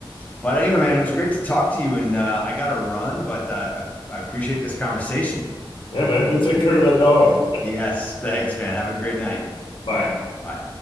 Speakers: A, on the left; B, on the left.
A: But anyway, man, it was great to talk to you, and uh, I got to run, but uh, I, I appreciate this conversation.
B: <laughs> yeah, man, go take care of that dog.
A: Yes. Thanks, man. Have a great night.
B: <laughs> Bye.
A: Bye.